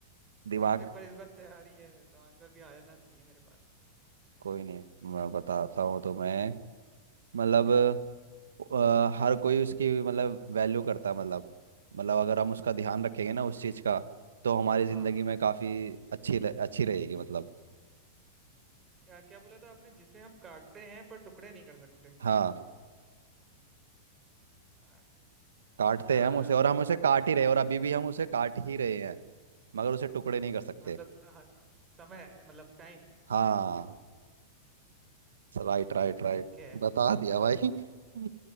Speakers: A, on the right; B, on the right.
A: दिमाग
B: अरे पर इस बार तैयारी है तो आंसर भी आ जाना चाहिए मेरे पास
A: कोई नहीं मैं बताता हूँ तुम्हें मतलब अ, हर कोई उसकी मतलब वैल्यू करता है मतलब मतलब अगर हम उसका ध्यान रखेंगे ना उस चीज़ का तो हमारी ज़िंदगी
B: हाँ
A: में काफ़ी अच्छी अच्छी रहेगी मतलब
B: या क्या बोला था आपने जिसे हम काटते हैं पर टुकड़े नहीं कर सकते
A: हाँ
B: आ,
A: काटते
B: क्या
A: हैं हम उसे और
B: मतलब
A: हम उसे काट ही रहे हैं और अभी भी हम उसे काट ही रहे हैं मगर उसे टुकड़े नहीं कर सकते
B: मतलब हाँ, समय मतलब टाइम
A: हाँ राइट राइट राइट
B: ठीक है
A: बता दिया भाई <laughs>